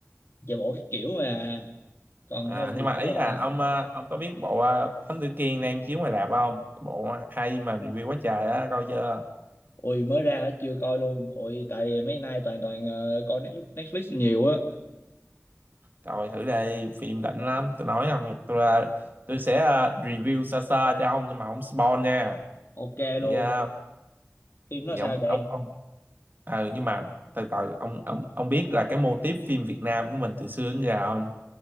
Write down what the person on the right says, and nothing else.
À,
nhưng mà
ý là
ông ờ, ông có biết bộ ờ, Thám Tử Kiên đang chiếu ngoài rạp không? Cái bộ hay mà review quá trời á, coi chưa?
Coi thử đây, phim đỉnh lắm, tôi nói không, tôi ờ, tôi sẽ ờ, review sơ sơ cho ông nhưng mà không spoil nha.
Thì,
ờ,
thì
ông
ông ông ừ, nhưng mà từ từ ông ông ông biết là cái mô típ phim Việt Nam của mình từ xưa đến giờ không